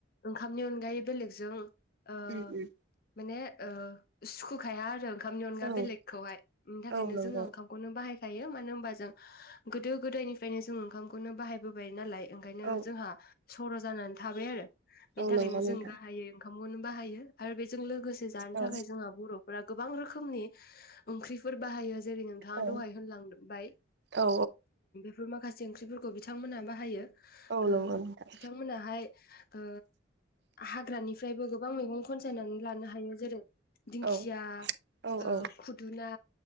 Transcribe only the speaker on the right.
उम उम
औ
औ नंगौ
औ
औ
नंगौ नोंथां
औ
औ
औ
औ
नंगौ नोंथां
औ औ
औ